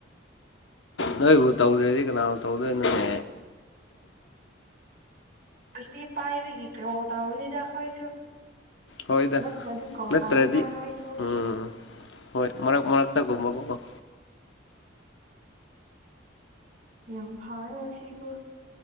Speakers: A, on the left; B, on the right.
A: ꯅꯣꯏꯕꯨ ꯇꯧꯗ꯭ꯔꯦꯗꯤ ꯀꯅꯥꯅ ꯇꯧꯗꯣꯏꯅꯣꯅꯦ
B: ꯑꯁꯤ ꯄꯥꯏꯕꯤ ꯀꯔꯣꯜ ꯇꯧꯕꯅꯤꯗ ꯑꯩꯈꯣꯏꯁꯨ
A: ꯍꯣꯏꯗ
B: ꯅꯠꯇ꯭ꯔꯗꯤ ꯀꯣꯜ
A: ꯅꯠꯇ꯭ꯔꯗꯤ
B: ꯇꯧꯗꯦꯗ ꯅꯣꯏꯁꯨ
A: ꯎꯝ ꯍꯣꯏ ꯃꯔꯛ ꯃꯔꯛꯇꯒꯨꯝꯕꯀꯣ
B: ꯌꯥꯝ ꯐꯥꯔꯦꯅ ꯁꯤꯁꯨ